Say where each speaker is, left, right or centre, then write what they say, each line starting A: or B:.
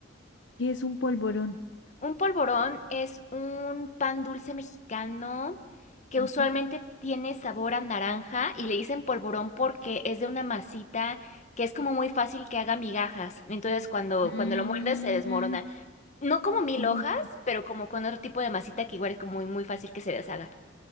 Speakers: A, on the left; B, on the left.
A: ¿Qué es un polvorón?
B: Un polvorón es un pan dulce mexicano que
A: ujú.
B: usualmente tiene sabor a naranja y le dicen polvorón porque es de una masita que es como muy fácil que haga migajas. Entonces, cuando,
A: Mm,
B: cuando lo muerdes se desmorona. No como mil
A: Ujú.
B: hojas, pero como con otro tipo de masita que igual es como muy, muy fácil que se deshaga.